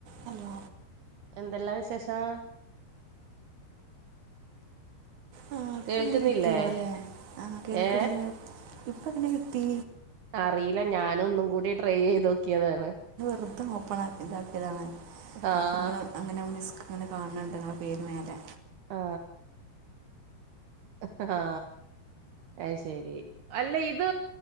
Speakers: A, on the right; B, on the right.
A: Hello
B: <inaudible> എന്തെല്ലാം വിശേഷം
A: ആ ഇപ്പ
B: കേൾക്കുന്നില്ലേ
A: എങ്ങനെ കിട്ടിയാവല്ലേ ആ കേൾക്കണ്ട്
B: ഏ
A: ഇപ്പ എങ്ങനെ കിട്ടി
B: അറിയില്ല ഞാന ഒന്നും കൂടി ട്രൈ ചെയ്ത് നോക്കിയതാണ്
A: വ്രദ്ധം ഓപ്പൺ ആി ഇതാക്കിയതാണ്
B: ആഹ്
A: അപ്പം നിങ്ങൾ അങ്ങനെ മിസ് അങ്ങനെ കാണുന്നുണ്ട് നിങ്ങളുടെ പേര് മലെമതി
B: ആ ആ അ ശരി അല്ല ഇത്